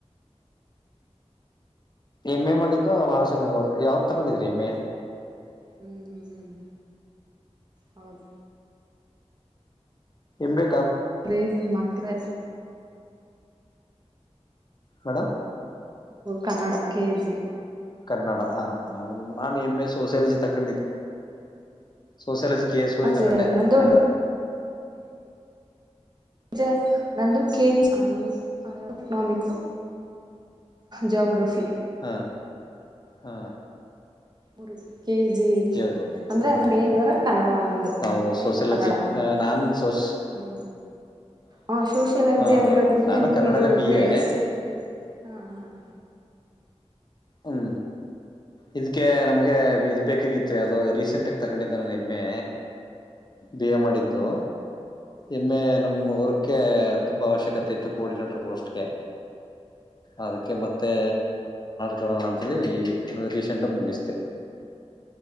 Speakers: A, on the left; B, on the right.
A: ಎಮ್ ಎ ಮಾಡಿದ್ದು ಮಾನಸಂಗ ಯಾವ್ದ್ ತಗೊಂಡಿದ್ರಿ ಎಮ್ ಎ
B: ಹ್ಮ್ ಹ್ಮ್ ಹ್ಮ್ ಹೌದು
A: ಎಂಬೆ
B: ಬ್ರೆನ್ ಮಕ್ಕರೆಲಾ
A: ಮೇಡ
B: ಕನ್ನಡ ಕೆ ಜಿ
A: ಕನ್ನಡ ಹ ನಾನು ಎಮ ಎ ಸೋಶಿಯಾಲಜಿ ತ ಕ sociology. K S O
B: ಅನ್ಸಲ್ಲ
A: U ತೊಗೊಂಡೆ
B: ನಂದು
A: ಕಂಡೆ ನಗರ.
B: ಜ ನಂದು ಕೆ <unintelligible> ಎಕನಾಮಿಕ್ಸ್ ಜೋಗ್ರಫಿ.
A: ಹಾ ಹಾ.
B: ಉರುಗ. ಕೆ ಜಿ
A: ಜಿಯೋಗ್ರಫಿ
B: ಅಂದ್ರೆ
A: ಹ್ಮ್
B: ಅದು
A: ಹ್ಮ್
B: ಮೇಜರ
A: ಹ್ಮ್
B: ಆಗಿ ಕನ್ನಡ ನಂದು
A: ನಾವು
B: ಎಮಇನ್
A: ಸೋಸಿಯಾಲಜಿ
B: ಕನ್ನಡ
A: ನಾನ್ ಸೋಸ್
B: ಹ್ಮ ಹ ಸೋಷಿಯಲಜಿ
A: ಹಾ
B: ಆಗಿರೋದ್ರಿಂದ
A: ಹಾ ಹಾ ನಾನು
B: ನೀವು
A: ಕನ್ನಡನೇ
B: ಇದು
A: ಬಿ
B: ಹ
A: ಎ
B: ಹ.
A: ಹ್ಮ ಇದಕ್ಕೆ ನಮ್ಗೆ ಇದ್ ಬೇಕಾಗಿತ್ತು ಅಾವೋ ರೀಸೆಂಟ್ಗ ತಗೊಂಡಿದ್ದೆ ನು ಎಮ್ಮೆ ಬಿ ಎ ಮಾಡಿದ್ದು ಎಮ್ಮೆ ನಮ ವರ್ಕ್ಕೆ ತುಂಬಾ ಅವಶ್ಯಕತೆ ಇತ್ತು ಕೋಆರ್ಡಿನೇಟರ್ ಪೋಸ್ಟ್ಗೆ ಅದಕ್ಕೆ ಮತ್ತೆ ರೋಣ ಅಂತ ಹೇಳಿ ರೀಸೆಂಟ್ ಮುಗಿಸತೆ.